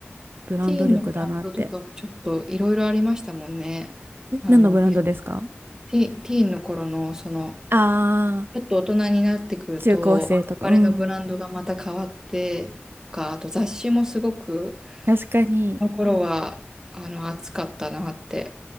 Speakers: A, on the right; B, on the right.
A: ブランド力だなって。
B: ティーンのブランドとかもちょっといろいろありましたもんね。
A: ん何のブランドですか
B: あの、ひティ、ティーンの頃の、その、
A: ああ
B: ちょっと大人になってくると、
A: ー、中高生とか。
B: 憧れのブランドがまた変わって、
A: うん。
B: とか、あと雑誌もすごく、
A: 確かに、
B: この頃は、あの、熱かったなって。